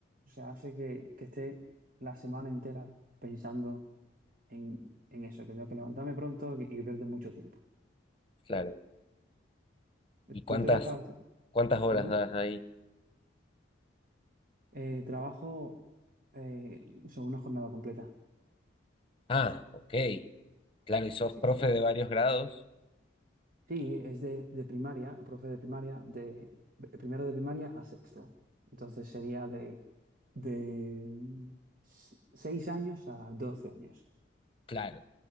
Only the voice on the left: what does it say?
claro.
¿Y
cuántas,
cuántas horas
das ahí?
Ah, ok. Claro, y sos
profe de varios grados.
Claro.